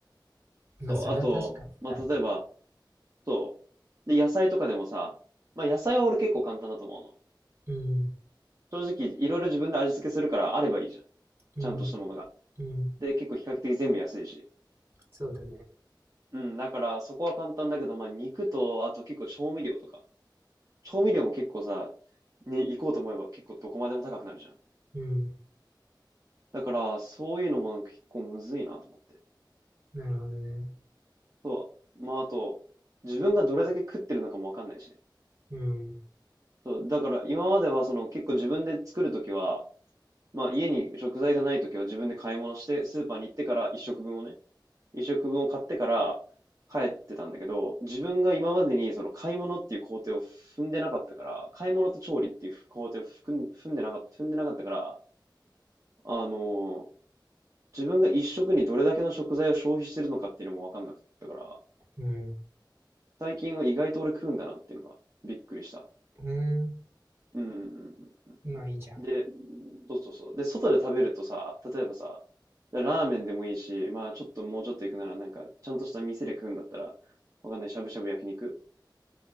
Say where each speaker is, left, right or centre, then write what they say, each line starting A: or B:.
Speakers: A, on the right; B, on the right.
A: まあそれは確かにあるかも。
B: と、あと、まあ、例えば、そう。で、野菜とかでもさ、まあ、野菜は俺結構簡単だと思うの。
A: うん。
B: 正直、いろいろ自分で味付けするからあればいいじゃん。
A: うん。
B: ちゃんとしたものが。
A: うん。
B: で、結構比較的全部安いし。
A: そうだね。
B: うん、だからそこは簡単だけど、まあ、肉と、あと結構調味料とか。調味料も結構さ、ね、行こうと思えば結構どこまでも高くなるじゃん。
A: うん。
B: だから、そういうのも結構むずいなと思って。
A: なるほどね。
B: そう。まあ、あと、自分がどれだけ食ってるのかもわかんないしね。
A: うん。
B: そう。だから、今まではその結構自分で作るときは、まあ、家に食材がないときは自分で買い物して、スーパーに行ってから一食分をね、一食分を買ってから帰ってたんだけど、自分が今までにその買い物っていう工程を踏んでなかったから、買い物と調理っていう工程を踏ん踏んでなかった、踏んでなかったから、あの自分が一食にどれだけの食材を消費してるのかっていうのも分かんなかったから、
A: うん。
B: 最近は意外と俺食うんだなっていうのがびっくりした。
A: う
B: うんうんうんうん
A: ん。まあいいじゃん。
B: で、そうそうそう。で、外で食べるとさ、例えばさ、ラーメンでもいいし、まあちょっともうちょっと行くなら、なんかちゃんとした店で食うんだったら、わかんない、しゃぶしゃぶ焼肉